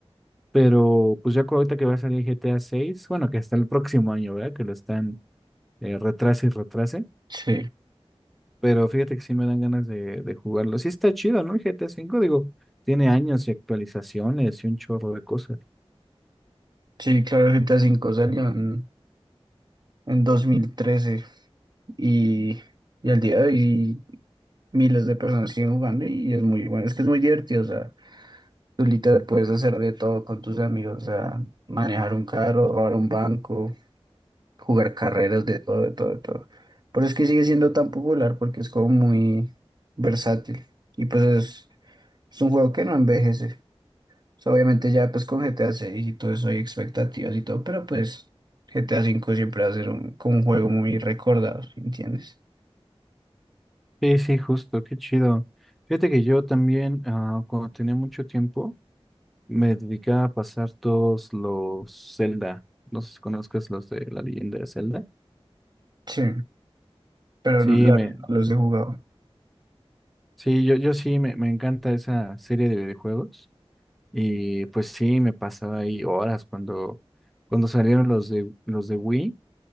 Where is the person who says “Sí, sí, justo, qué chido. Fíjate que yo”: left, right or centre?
Centre